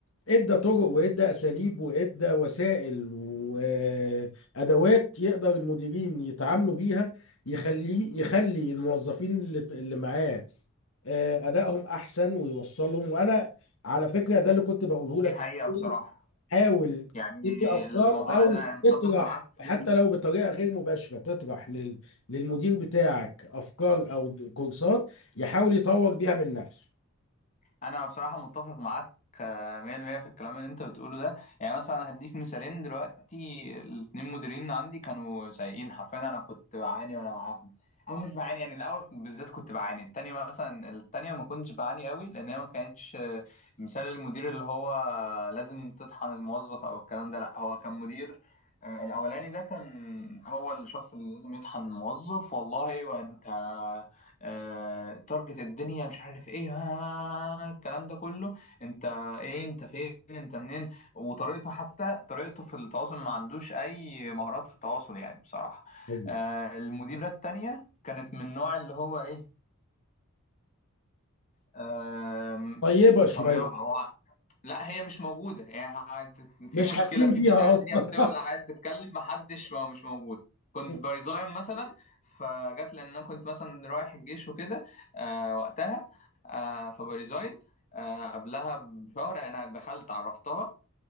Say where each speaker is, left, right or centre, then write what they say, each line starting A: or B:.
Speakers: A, on the left; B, on the left.
A: ادى طرق وادى أساليب وادى وسائل وأدوات يقدر المديرين يتعاملوا بيها يخلي يخلي الموظفين اللي اللي معاه آه، ادائهم احسن ويوصلهم وانا على فكره ده اللي كنت بقوله لك
B: دي حقيقه بصراحه
A: حاول
B: يعني
A: تدي افكار
B: الموضوع
A: او
B: انا متفق
A: تطرح
B: معاك في
A: حتى
B: اللي
A: لو بطريقه غير مباشره تطرح لل... للمدير بتاعك افكار او كورسات يحاول يطور بيها من نفسه
B: انا بصراحه متفق معاك آه، 100% في الكلام اللي انت بتقوله ده يعني مثلا هديك مثالين دلوقتي الاتنين مديرين عندي كانوا سيئين حرفيا انا كنت بعاني وانا معاهم او مش بعاني يعني الاول بالذات كنت بعاني التانية مثلا التانية ما كنتش بعاني قوي لان هي ما كانتش آه، مثال المدير اللي هو لازم تطحن الموظف او الكلام ده لا هو كان مدير آه، الاولاني ده كان هو الشخص اللي لازم يطحن الموظف والله وانت آه، تارجت الدنيا مش عارف ايه ها الكلام ده كله انت ايه انت فين انت منين وطريقته حتى طريقته في التواصل ما عندوش اي مهارات في التواصل يعني بصراحة
A: ايوه
B: آه، المديرة التانية كانت من النوع اللي هو ايه آه،
A: طيبه
B: مطرياها
A: شويه
B: هو لا هي مش موجودة يعني هت- في
A: مش
B: مشكلة
A: حاسين
B: في
A: بيها
B: بتاع الدنيا
A: اصلا
B: بتولع عايز تتكلم محدش ما مش موجود كنت
A: <laughs>
B: بريزاين مثلا فجت لأن أنا كنت مثلا رايح الجيش وكده آه وقتها آه فبريزاين آه قبلها بشهر أنا دخلت عرفتها